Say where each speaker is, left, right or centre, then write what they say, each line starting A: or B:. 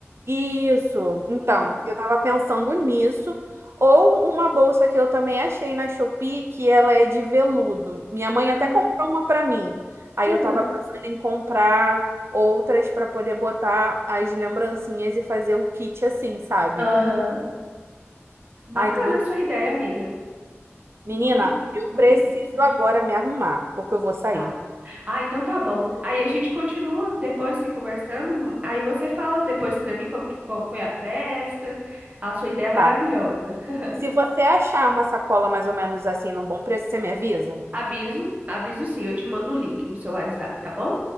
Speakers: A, on the right; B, on the right.
A: Isso. Então,
B: Uhum.
A: eu tava pensando nisso. Ou uma bolsa que eu também achei na Shopee, que ela é de veludo. Minha mãe
B: Ah,
A: até comprou uma pra mim. Aí
B: que legal.
A: eu tava pensando em comprar outras pra poder botar as lembrancinhas e fazer o kit assim, sabe?
B: Aham. Bacana
A: Ai, tô muito.
B: a sua
A: ansiosa.
B: ideia, amiga.
A: Menina,
B: Muito,
A: eu
B: muito
A: preciso
B: interessante.
A: agora me arrumar, porque eu vou sair.
B: Tá. Ah, então tá bom. Aí a gente continua depois se conversando. Aí você fala depois pra mim como que ficou- foi a festa. A sua ideia é maravilhosa.
A: Tá.
B: <laughs>
A: Se você achar uma sacola mais ou menos assim, num bom preço, você me avisa?
B: Aviso, aviso sim, eu te mando o link no seu WhatsApp, tá bom?